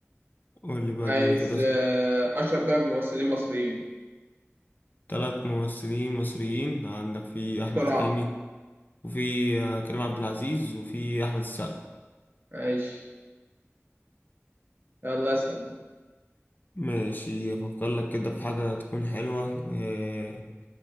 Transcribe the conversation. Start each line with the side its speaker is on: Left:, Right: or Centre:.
Left: قول لي بقى
Right: عايز
Left: اديني كده
Right: آه، أشهر ثلاث ممثلين مصريين
Left: ثلاث ممثلين مصريين عندك في أحمد
Right: بسرعة
Left: حلمي وفي آه، كريم عبد العزيز وفي أحمد السقا
Right: ماشي يلا اسأل
Left: ماشي أفكر لك كده في حاجة تكون حلوة آه،